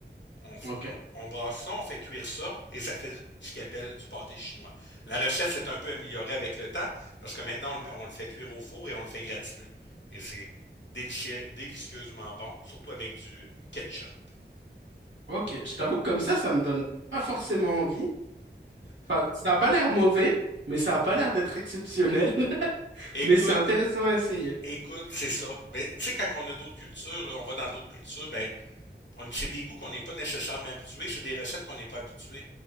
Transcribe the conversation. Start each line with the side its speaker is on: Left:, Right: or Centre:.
Left: On, f-
Right: ok,
Left: on- on brasse ça, on fait cuire ça et ça fait ce qu'ils appellent du pâté chinois. La recette s'est un peu améliorée avec le temps parce que maintenant, on le, on le fait cuire au four et on le fait gratiner. Et c'est délicie- délicieusement bon, surtout avec du ketchup.
Right: ok. Je t'avoue que comme ça, ça me donne pas forcément envie. Enfin, ça a pas l'air mauvais, mais ça a pas l'air d'être exceptionnel. <laughs>
Left: Écoute,
Right: Mais c'est intéressant à essayer.
Left: écoute, c'est ça. Mais tu sais, quand on a d'autres cultures, là, on va dans d'autres cultures, ben, on, c'est des goûts qu'on n'est pas nécessairement habitués, c'est des recettes qu'on n'est pas habitué.